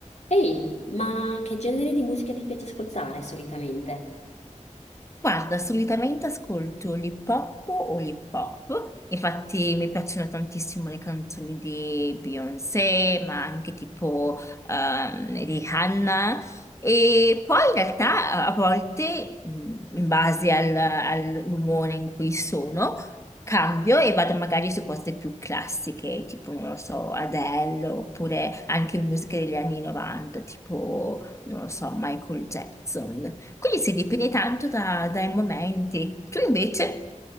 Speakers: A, on the left; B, on the left.
A: Ehi, ma che genere di musica ti piace ascoltare solitamente?
B: Guarda, solitamente ascolto l'hip hop o l'hip hop, infatti mi piacciono tantissimo le canzoni di Beyoncé, ma anche tipo ehm, di Hannah. E poi in realtà a volte, mh, in base al- all'umore in cui sono, cambio e vado magari su cose più classiche, tipo, non lo so, Adele, oppure anche musiche degli anni 90, tipo, non lo so, Michael Jackson. Quindi si dipende tanto da- dai momenti. Tu invece?